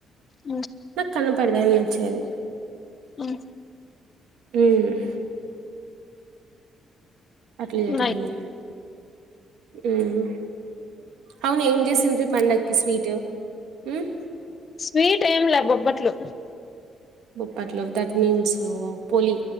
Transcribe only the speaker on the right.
న కనపడదు అయన్న వచ్చేది
హ్మ్ అట్ల జరిగింది
హ్మ్ అవును ఏం చేసింరి పండగకి స్వీట్ హ్మ్
బొబ్బట్లు దాట్ మీన్స్ పోలి